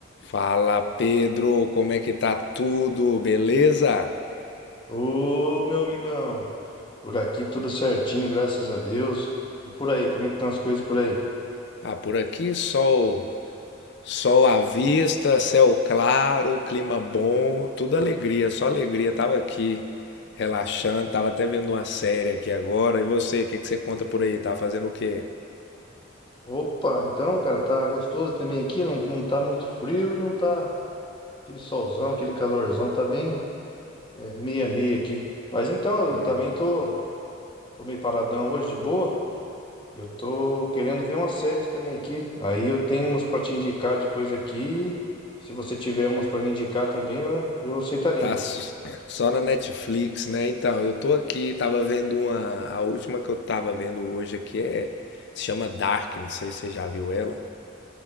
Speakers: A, on the left; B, on the left.
A: Fala Pedro, como é que tá tudo? Beleza?
B: Ô, meu amigão, por aqui tudo certinho, graças a Deus. E por aí, como é que estão as coisas por aí?
A: Ah, por aqui sol, sol à vista, céu claro, clima bom, tudo alegria, só alegria. Tava aqui relaxando, tava até vendo uma série aqui agora. E você, o que que você conta por aí? Tá fazendo o quê?
B: Opa, então, cara, tá gostoso também aqui, não, não tá muito frio e não tá aquele solzão, aquele calorzão, tá bem é, meia meia aqui. Mas então, eu
A: Hum,
B: também tô, tô meio paradão hoje de boa. Eu tô querendo ver umas séries também aqui. Aí eu tenho umas pra te indicar depois aqui. Se você tiver umas pra me indicar também, eu, eu aceitaria.
A: tá s- só na Netflix, né? Então, eu tô aqui, tava vendo uma, a última que eu tava vendo hoje aqui é se chama Dark, não sei se você já viu ela.